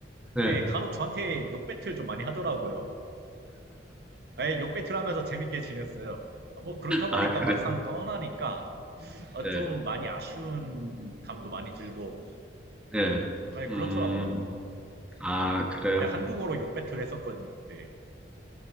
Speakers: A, in the centre; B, on the right (about 60°).
A: 네.
B: 예, 간혹 저한테 욕배틀 좀 많이 하더라고요. 아예 욕배틀 하면서 재밌게 지냈어요. 뭐 그렇다 보니까
A: 아, 그래.
B: 막상 떠나니까 어,
A: 예,
B: 좀 많이 아쉬운 감도 많이 들고
A: 예.
B: 아
A: 음,
B: 그렇더라고요.
A: 아, 그래요?
B: 내가 한국어로 욕배틀 했었거든요. 그때.